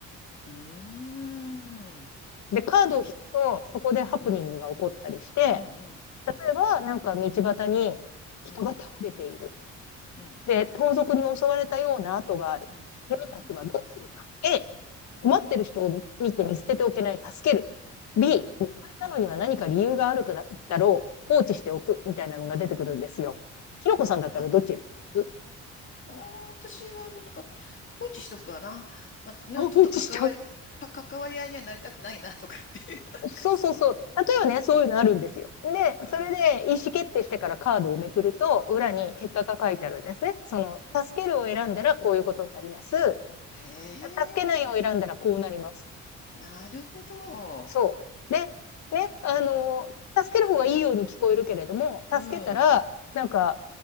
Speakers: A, on the left; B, on the left.
A: うーん。
B: <laughs> で、カードを引くと、そこでハプニングが起こったりして、
A: うん。うん。うん。
B: 例えばなんか道端に人が倒れている。
A: うん、うん、
B: で、盗賊に襲われたような跡がある。
A: うん、
B: 君たちはどうするか。
A: うん、
B: A、困ってる人を見て見捨てておけない、助ける。B、
A: うん、
B: 見つかれたのには何か理由があるだろう、
A: うん、
B: 放置しておく、みたいなのが出てくるんですよ。
A: うん。
B: ひろこさんだったらどっち選びます
A: あ、あー私は、なんか、放置しとくかな。なんかね、
B: 落ちしちゃう。
A: ちょっと関わり、か関わり合いにはなりたくないなとかっていう、なんかそ
B: そうそうそう。例えばね、そういうのあるんですよ。で、
A: う。
B: それで意思決定してからカードをめくると、裏に結果が書いてあるんですね。
A: うん、うん。
B: その、助けるを選んだらこういうことになります。
A: へえ、
B: 助けないを選んだらこうなります。
A: なるほど。
B: そう。で、ね、あの助ける方がいいように聞こえるけれども、
A: うん、
B: 助けたら、
A: うん、
B: なんか、